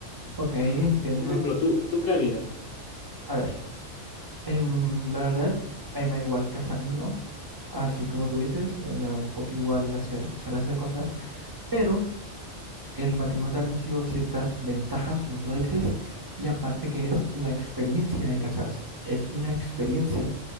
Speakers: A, on the right; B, on the left.
A: Ok, entiendo.
B: Por ejemplo, tú, tú qué harías,
A: A ver, em, la verdad, a mí me da igual casarme o no. Así como tú dices, eh, me da un poco igual hacer, hacer las cosas, pero El matrimonio trae consigo ciertas ventajas, como tú lo dices, y aparte que es la experiencia de casarse, es una experiencia